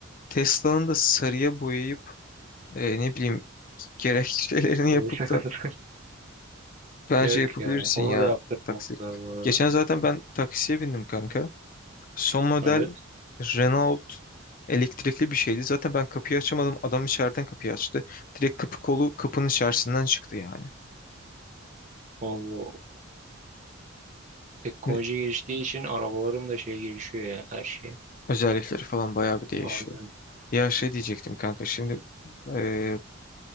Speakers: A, on the left; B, on the right.
A: Tesla'nın da sarıya boyayıp e, ne bileyim gerekçelerini
B: Evet.
A: <laughs> yapıp da
B: <laughs>
A: bence
B: Yok
A: yapabilirsin
B: yani. Onu
A: ya
B: da yaptırtmadılar
A: taksilik.
B: bu arada.
A: Geçen zaten ben taksiye bindim kanka. Son model
B: Evet.
A: Renault elektrikli bir şeydi. Zaten ben kapıyı açamadım. Adam içeriden kapıyı açtı. Direkt kapı kolu kapının içerisinden çıktı yani.
B: Allah. Allah. Teknoloji
A: Ne-
B: geliştiği için arabaların da şey gelişiyor ya her şey.
A: Özellikleri falan bayağı bir değişiyor.
B: Aynen.
A: Ya şey diyecektim kanka şimdi e,